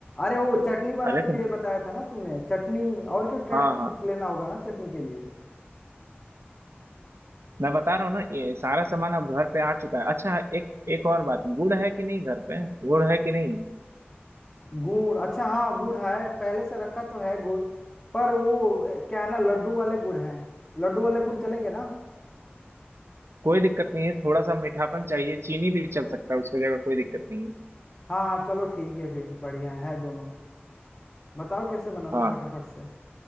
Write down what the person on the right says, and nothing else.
अरे
तुम
हाँ
हाँ
मैं बता रहा हूँ ना ये सारा सामान अब घर पे आ चुका है अच्छा एक एक और बात गुड़ है कि नहीं घर पे गुड़ है कि नहीं
कोई दिक्कत नहीं है थोड़ा सा मीठापन चाहिए चीनी भी चल सकता है उसकी जगह कोई दिक्कत नहीं है
हाँ